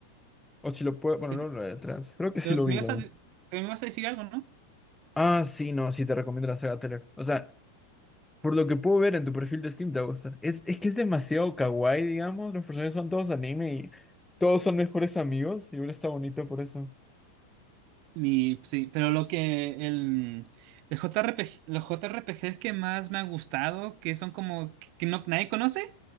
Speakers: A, in the centre; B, on the right.
A: O si lo puedo. Bueno,
B: Sí,
A: no
B: sí.
A: lo detrás. Creo que sí
B: Pero
A: lo vi,
B: me ibas
A: lo vi.
B: a, pero me ibas a decir algo, ¿no?
A: Ah, sí, no, sí te recomiendo la saga Teller. O sea, por lo que puedo ver en tu perfil de Steam te va a gustar. Es, es que es demasiado kawaii, digamos. Los personajes son todos anime y todos son mejores amigos. Y uno está bonito por eso.
B: Mi, sí, pero lo que el, el JRPG, los JRPGs que más me han gustado, que son como que, que no, nadie conoce,